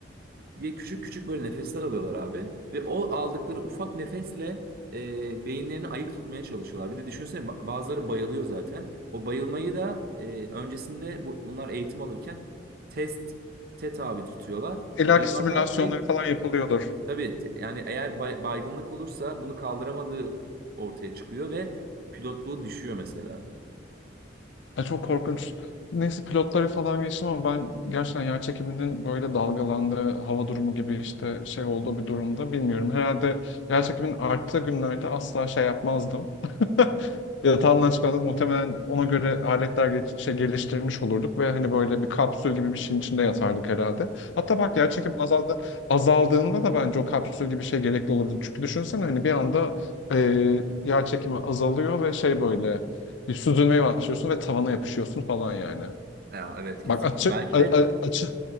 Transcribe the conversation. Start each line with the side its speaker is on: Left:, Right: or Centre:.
Right: diye küçük küçük böyle nefesler alıyorlar abi. Ve o aldıkları ufak nefesle e, beyinlerini ayık tutmaya çalışıyorlar. Bir de düşünsene ba- bazıları bayılıyor zaten. O bayılmayı da e, öncesinde bu, bunlar eğitim alırken test te tabi tutuyorlar.
Left: İlla
Right: Bayılanlar
Left: ki simülasyonları
Right: direkt
Left: falan yapılıyordur.
Right: tabii te- yani eğer bay- baygınlık olursa bunu kaldıramadığı ortaya çıkıyor ve pilotluğu düşüyor mesela.
Left: Ya çok korkunç. Neyse pilotları falan geçtim ama ben gerçekten yer çekiminin böyle dalgalandığı hava durumu gibi işte şey olduğu bir durumda bilmiyorum. Herhalde yer çekiminin arttığı günlerde asla şey yapmazdım. <laughs> Yatağımdan çıkmadan muhtemelen ona göre aletler geç- şey geliştirmiş olurduk ve hani böyle bir kapsül gibi bir şeyin içinde yatardık herhalde. Hatta bak yer çekim azaldı, azaldığında da bence o kapsül gibi bir şey gerekli olabilir. Çünkü düşünsene hani bir anda e, yer çekimi azalıyor ve şey böyle bir süzülmeye başlıyorsun ve tavana yapışıyorsun falan yani.
Right: Ya evet kesin.
Left: Bak açık
Right: Belki
Left: a-
Right: de
Left: a- açık